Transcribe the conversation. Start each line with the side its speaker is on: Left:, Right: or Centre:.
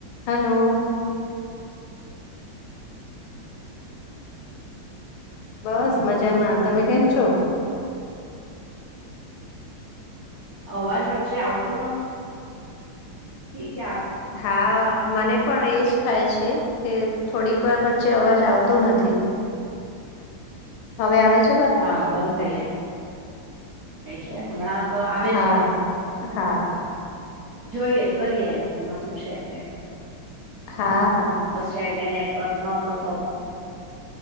Left: Hello
Right: <inaudible>
Left: બસ મજામાં. તમે કેમ છો?
Right: અવાજ વચ્ચે આવતો નથ ઠીકે આપ
Left: હા મને પણ એજ થાય છે કે થોડીક વાર વચ્ચે અવાજ આવતો નથી.
Right: <inaudible>
Left: હવે આવે છ
Right: હા બંધ થઈ જા વે છે. હમણાં તો આવે
Left: હા
Right: છે.
Left: હા
Right: જોઈએ ને કરીએ એમાં શું છે હવે.
Left: હા હા
Right: <unintelligible> છે એટલે નેટવર્કનો તો પ્રોબ
Left: <inaudible>